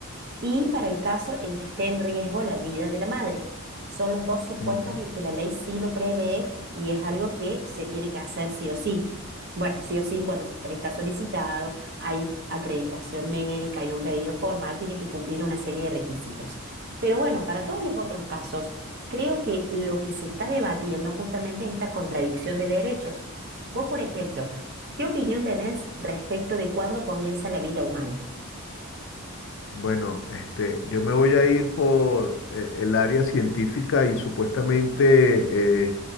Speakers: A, on the right (about 45°); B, on the left (about 55°).
A: y para el caso en que esté en riesgo la vida de la madre. Son los dos supuestos
B: Ujú.
A: en que la ley sí lo prevé y es algo que se tiene que hacer sí o sí. Bueno, sí o sí, cuando est- está solicitado, hay acreditación médica, hay un pedido formal, tiene que cumplir una serie de requisitos. Pero bueno, para todos los otros casos, creo que lo que se está debatiendo justamente es esta contradicción de derechos. Vos, por ejemplo, ¿qué opinión tenés respecto de cuándo comienza la vida humana?
B: Bueno, este, yo me voy a ir por eh, el área científica y supuestamente eh,